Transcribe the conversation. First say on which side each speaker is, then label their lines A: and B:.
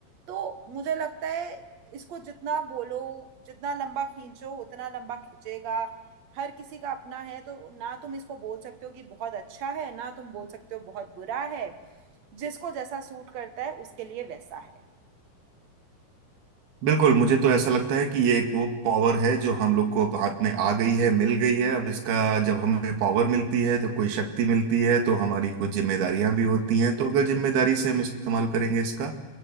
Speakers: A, on the right; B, on the right.
A: तो मुझे लगता है इसको जितना बोलो जितना लंबा खींचो उतना लंबा खिंचेगा हर किसी का अपना है तो ना तुम इसको बोल सकते हो कि बहुत अच्छा है ना तुम बोल सकते हो बहुत बुरा है जिसको जैसा सूट करता है उसके लिए वैसा है
B: बिल्कुल मुझे तो ऐसा लगता है कि ये एक वो पावर है जो हम लोग को अब हाथ में आ गई है मिल गई है अब इसका जब हमें पावर मिलती है जब कोई शक्ति मिलती है तो हमारी कुछ जिम्मेदारियां भी होती हैं तो अगर जिम्मेदारी से हम इस्तेमाल करेंगे इसका